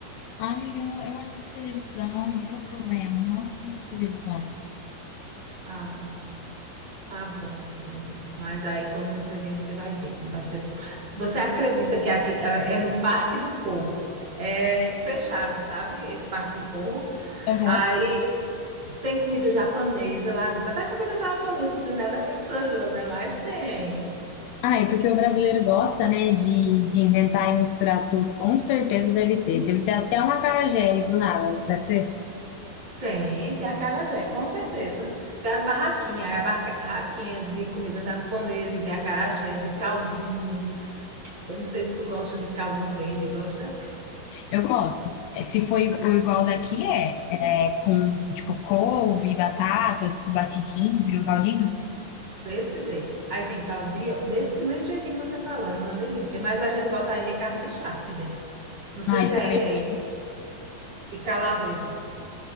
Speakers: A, on the left (about 80°); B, on the right (about 30°).
A: Ah, amiga, eu não, eu não assisto televisão, esse é o problema, eu não assisto televisão.
B: Ah, tá bom, mulher. Mas aí quando você vir, você vai ver como vai ser bom. Você acredita que aqui é, é no Parque do Povo? É fechado, sabe? Esse Parque do Povo.
A: Aham.
B: Aí tem comida japonesa lá dentro. Até comida japonesa não tem nada a ver com São João, né? Mas tem.
A: Ah, é porque o brasileiro gosta, né, de, de inventar e misturar tudo. Com certeza deve ter. Deve ter até um acarajé aí do nada. Deve ter
B: Tem, tem acarajé, com certeza. Tem as barraquinhas, aí a barraquinha de comida japonesa, de acarajé, de caldinho. Eu não sei se tu gosta de caldo verde, gosta
A: Eu gosto. É, se foi o igual daqui, é. É com, tipo, couve, batata, tudo batidinho, vira um baldinho.
B: desse jeito. Aí tem caldinho, desse mesmo jeitinho que você falou, é uma delícia. Mas a gente bota ainda carne de charque dentro. Não sei
A: Ai,
B: se
A: fica
B: aí
A: melhor.
B: é, e calabresa.